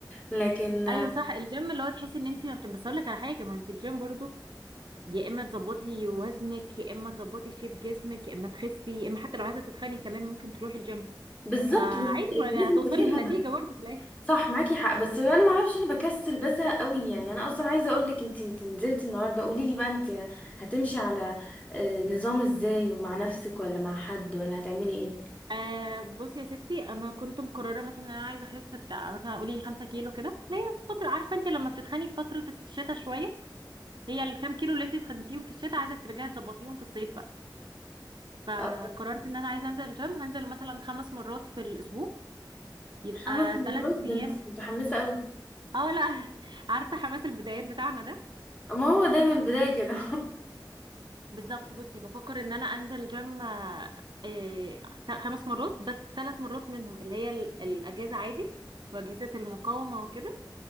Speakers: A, on the left; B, on the right.
A: لكن آه،
B: ايوه صح الجيم اللي هو تحسي ان انت ما بت... بس اقول لك على حاجة ما انت الجيم برضو يا اما تظبطي وزنك يا اما تظبطي شيب جسمك يا اما تخسي يا اما حتى لو عايزة تتخني كمان ممكن تروحي الجيم
A: بالظبط
B: فعادي
A: بس
B: ما
A: لازم
B: هتوصلي
A: يبقى فيه
B: لنتيجة
A: هدف
B: برضو في الاخر
A: صح معاكي حق بس انا ما اعرفش انا بكسل بزهق قوي يعني انا اصلا عايزه اقول لك انت انت نزلتي النهارده قولي لي بقى انت هتمشي على آه، نظام ازاي ومع نفسك ولا مع حد ولا هتعملي ايه
B: آه بصي يا ستي انا كنت مقررة مثلا ان انا عايزة اخس بتاع مثلا قولي 5 كيلو كده اللي هي في فترة عارفة انت لما بتتخني في فترة الشتاء شوية هي الكام كيلو اللي انت اتخنتيهم في الشتاء عايزة ترجعي تظبطيهم في الصيف بقى. فقررت
A: آه،
B: ان انا عايزه انزل الجيم هنزل مثلا خمس مرات في الاسبوع يبقى
A: خمس مرات
B: ثلاث
A: ده
B: ايام
A: انت متحمسه قوي
B: اه لا <laughs> عارفه حماس البدايات بتاعنا ده
A: ما هو دايما البدايه كده
B: بالظبط بصي بفكر ان انا انزل الجيم آه، آه، خمس مرات بس ثلاث مرات منهم اللي هي ال- الاجازه عادي واجهزه المقاومه وكده